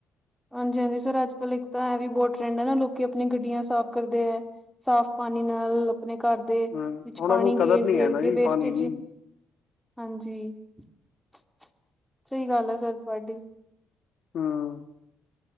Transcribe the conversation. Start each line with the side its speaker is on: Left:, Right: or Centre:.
Centre: ਹਾਂਜੀ ਹਾਂਜੀ, ਸਰ ਅੱਜ ਕਲ ਇੱਕ ਤਾਂ ਇਹ ਵੀ ਬਹੁਤ ਟਰੈਂਡ ਹੈ ਨਾ, ਲੋਕੀ ਆਪਣੀ ਗੱਡੀਆਂ ਸਾਫ਼ ਕਰਦੇ ਹੈ। ਸਾਫ਼ ਪਾਣੀ ਨਾਲ ਆਪਣੇ ਘਰ ਦੇ,
Left: ਹਮ
Centre: ਵਿੱਚ
Left: ਉਹਨਾਂ
Centre: ਪਾਣੀ
Left: ਨੂੰ ਕਦਰ
Centre: ਗੇਰ-ਗੇਰ
Left: ਨੀ ਹੈ ਨਾ
Centre: ਕੇ
Left: ਜੀ
Centre: ਵੇਸਟੇਜ
Left: ਪਾਣੀ ਦੀ
Centre: ਹਾਂਜੀ, ਸਹੀ ਗੱਲ ਹੈ, ਸਰ ਤੁਹਾਡੀ
Left: ਹਮ।